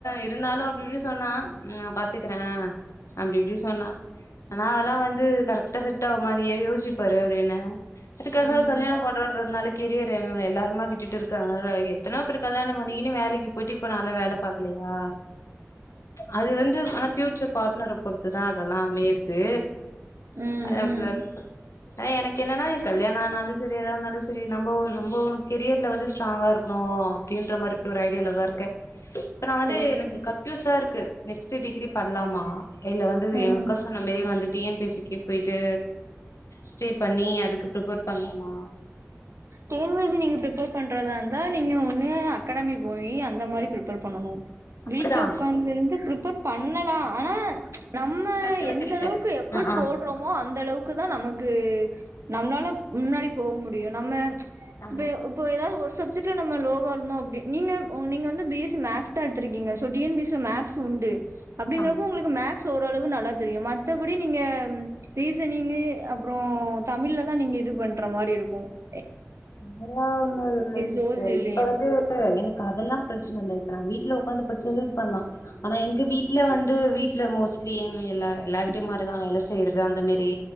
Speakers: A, on the left (about 85°); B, on the right (about 70°).
A: இருந்தாலு அப்டி இப்டி சொன்னா நா பாதுக்றன் அப்டி இப்டி சொனா ஆனா அதெலா வந்து கரெக்டா செட் ஆவுமா நீயே யோசிச்பாரு அபடின அதுக்காக
B: ம்
A: கல்யாணம் கொண்டாடுறதுனாலக்கு கெரியர் என எல்லாரும் அம்ம விட்டுட்டு இருக்காங்க எத்தன பேரு கல்யாணம்ணனு வேலைக்கு போயிட்டு இப்ப நல்லா வேல பாக்கலயா அது வந்து ஆனா ஃப்யூச்சர் பாட்னர் பொறு பொருத்துதா அதெல்லா அமையது.
B: ம்
A: அஹே ஆஹ <unintelligible>
B: ம்
A: எ எனக்கு. கென்னன்னா. கல்யாண ஆனாலு சேரி எதா இருந்தாலு சேரி நம்போ நம்போ உனக்கு கெரியர்ல வந்து ஸ்ட்ராங்கா இருக். னு அப்படின்ற மாரி ஒரு ஐ. இதுல்லதா இருக்க. இப்ப நா வந்து
B: சேரி
A: எனக்கு
B: சேரி
A: கன்ஃயூஸா இருக்கு. நெக்ஸ்ட் டிகிரி பன்லாமா இல்ல வந்து
B: ம்
A: எங்க அக்கா சொன்ன மாரி வந்து டிஎன்பிகே போயிட்டு ஸ்டே பண்ணி அதுக்குப். பிரிப்பேர் பண்லாமா.
B: டிஎன்பிசி நீங்க பிரிப்பேர். பண்றதா இருந்தா நீங்க ஒன்னு அக்காடமி போயி அந்த மாரி பிரிப்பேர் பண்ணணு.
A: அப்படிதா
B: வீட்ல உக்கார்ந்து இருந்து பிரிப். பண்ணலா ஆனா ம்ச். நம்ம
A: டக்குனு
B: எந்த
A: கெடைக்காது
B: அளவுக்கு எஃபர்ட்
A: ஆ
B: போடுறோமோ அந்த அளவுக்குதா நமக்கு. து நம்மளால முன்னாடி போக முடியும் நம்ம. ம்ச்
A: ஆ
B: இப்ப இப்ப ஏதாவது ஒரு சப்ஜெட். விட்டு நம்ம லோவா இருந்தோ அப்படி நீங்க நீங்க வந்து பிஎஸ்சி மேக்ஸ்தா எடுத்திருக்கீங்க டிஎன்பிஸ் மேக்ஸ் உண்டு. அப்படிங்கறப்போ
A: ஆமா
B: உங்களுக்கு மேக். ஸ்சு ஓரளவு நல்லா தெரியும் மத்தபடி நீங்க. ரீசனிங்கு அப்புறோ. தமிழ்லதா நீங்க இது பண்ற மாரி இருக்கும்மே.
A: அதெல்லா ஒண்ணு இல்ல சிஸ்டர்
B: சோசியல்லையும்
A: இப்ப வந்து எனக். அதெல்லா பிரச்சன இல்ல இப்போ நாங்க வீட்லோ. உக்காந்து படுச்சாலு இது பண்லா. ஆனா எங்க வீட்ல வந்து வீட்டுல மோஸ்ட்லி எல்ல எல்லா வீட்டு மாரிதா வேல செய்யறது அந்த மாரி